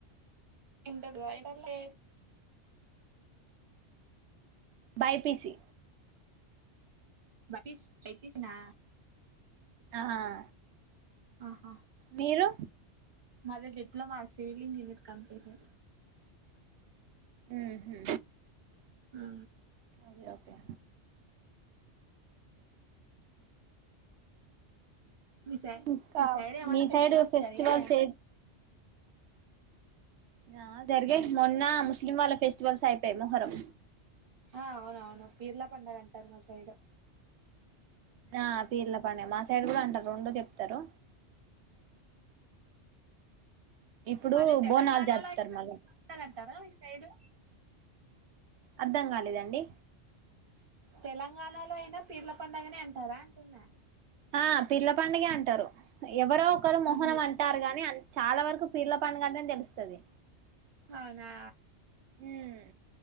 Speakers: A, on the right; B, on the right.
A: ఇంటర్ లా రాయ్ టాట్ లే
B: బై పి సి
A: బైయిస్, బై పీ సీ నా
B: ఆహ
A: ఆహా
B: మీరు
A: మాది డిప్లమా సివిల్ ఇంజనీర్ కంప్లీటే
B: ఊహు
A: ఆ
B: ఓగే ఓకే
A: మీ సై
B: ఇంకా
A: మీ సైడ్ ఏమన్నా
B: మీ
A: ఫెస్టివల్స్
B: సైడ్ ఫెస్టివల్స్
A: జరిగాయా
B: ఏ ఆ జరిగాయ్ మొన్న ముస్లిం వాళ్ళ ఫెస్టివల్స్ అయిపోయాయి మొహరం
A: ఆ అవునవును పీర్లా పండగ అంటారు మా సైడ్
B: ఆ పీర్ల పనే మా సైడ్ గూడా అంటారు రొండు చెప్తారు ఇప్పుడు
A: మళ్ళీ తెలంగాణ
B: బోనాలు జరుపుతారు మళ్ళ
A: టదంటారా మీ సైడు
B: అర్థం గాలేదండి
A: తెలంగాణలో అయినా పీర్ల పండగనే అంటారా అంటున్నా
B: ఆ పీర్ల పండగే అంటారు ఎవరో ఒకరు మొహర్రం
A: ఉహు
B: అంటారు గాని చాలా వరకు పీర్ల పండగంటని తెలుస్తది
A: అవునా
B: ఉమ్